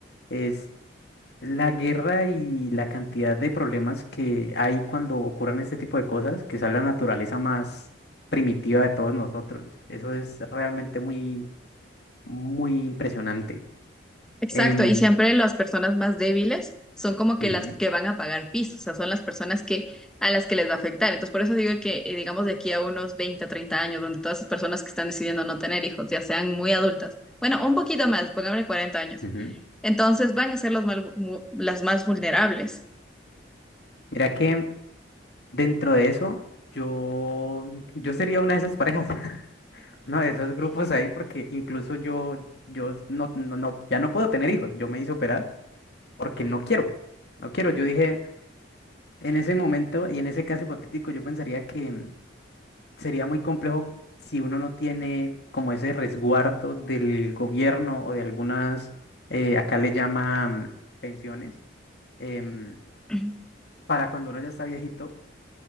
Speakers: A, on the left; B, in the centre.
A: es la guerra y la cantidad de problemas que hay cuando ocurren este tipo de cosas, que sale la naturaleza más primitiva de todos nosotros. Eso es realmente muy, muy impresionante.
B: Exacto,
A: Em,
B: y siempre las personas más débiles son como que
A: ujú,
B: las que van a pagar piso, o sea, son las personas que a las que les va a afectar. Entonces, por eso digo que, eh, digamos, de aquí a unos 20, 30 años, donde todas esas personas que están decidiendo no tener hijos, ya sean muy adultas, bueno, un poquito más, pongámosle cuarenta años,
A: ujú.
B: entonces van a ser los mal- mu- las más vulnerables.
A: Mira que dentro de eso, yo, yo sería una de esas parejas. <laughs> uno de esos grupos ahí porque incluso yo, yo no, no, no, ya no puedo tener hijos. Yo me hice operar porque no quiero. No quiero. Yo dije, en ese momento y en ese caso hipotético, yo pensaría que mm, sería muy complejo si uno no tiene como ese resguardo del gobierno o de algunas, eh, acá le llaman pensiones, em,
B: <clears throat>
A: para cuando uno ya está viejito.